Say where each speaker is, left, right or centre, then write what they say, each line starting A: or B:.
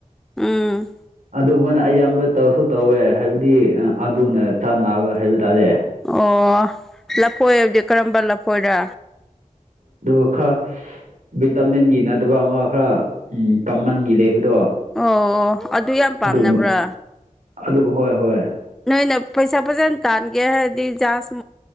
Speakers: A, in the centre; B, on the right.
A: ꯎꯝ
B: ꯑꯗꯨꯒꯨꯝꯕꯅ ꯑꯌꯥꯝꯕ ꯇꯧꯁꯨ ꯇꯧꯋꯦ ꯍꯥꯏꯕꯗꯤ ꯑꯗꯨꯅ ꯆꯥꯟꯅꯕ ꯍꯥꯏꯕ ꯇꯥꯔꯦ
A: ꯑꯣ ꯂꯐꯣꯏ ꯍꯥꯏꯕꯗꯤ ꯀꯔꯝꯕ ꯂꯐꯣꯏꯔꯥ
B: ꯑꯗꯨꯒ ꯈꯔ ꯚꯤꯇꯥꯃꯤꯟꯒꯤ ꯅꯠꯇꯕ ꯑꯃ ꯈꯔ ꯎ ꯀꯃꯟꯒꯤ ꯂꯩꯕꯗꯣ
A: ꯑꯣ ꯑꯗꯨ ꯌꯥꯝ ꯄꯥꯝꯅꯕ꯭ꯔꯥ
B: ꯑꯗꯨꯒꯨꯝꯕ ꯑꯗꯨꯒ ꯍꯣꯏ ꯍꯣꯏ
A: ꯅꯣꯏꯅ ꯄꯩꯁꯥ ꯐꯖꯅ ꯇꯥꯟꯒꯦ ꯍꯥꯏꯔꯗꯤ ꯖꯍꯥꯖ